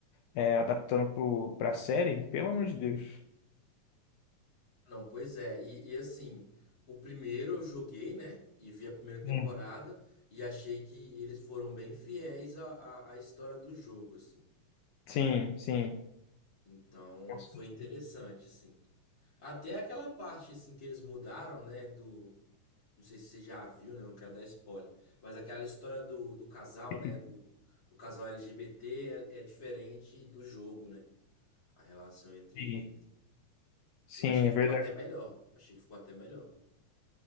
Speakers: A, on the left (about 80°); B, on the left (about 35°).
A: é, adaptando pro, pra série, pelo amor de Deus.
B: Não, pois é. E, e assim, o primeiro eu joguei, né? E vi a primeira temporada
A: Hum.
B: e achei que eles foram bem fiéis à, à, à história do jogo, assim.
A: Sim, sim.
B: Então
A: com
B: foi interessante, assim. Até aquela parte, assim, que eles mudaram, né? Do, Não sei se você já viu, né? Não quero dar spoiler. Mas aquela história do, do casal,
A: certeza.
B: né? Do, do casal LGBT é, é diferente do jogo, né? A relação entre
A: Sim,
B: eles.
A: sim,
B: Eu achei que
A: é verdade.
B: ficou até melhor. Achei que ficou até melhor.